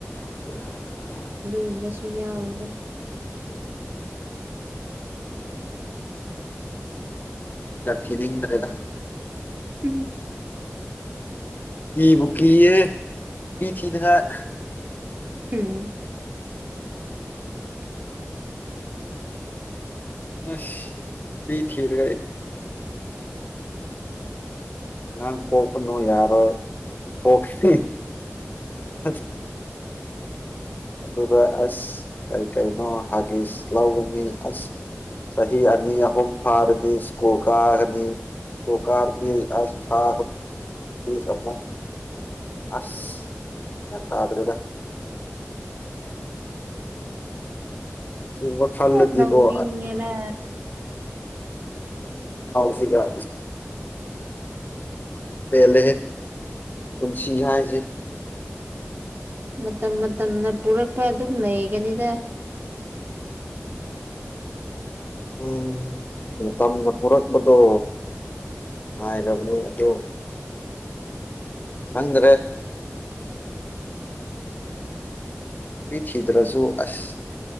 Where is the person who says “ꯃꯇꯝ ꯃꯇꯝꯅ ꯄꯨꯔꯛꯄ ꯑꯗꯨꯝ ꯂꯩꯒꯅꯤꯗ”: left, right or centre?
Right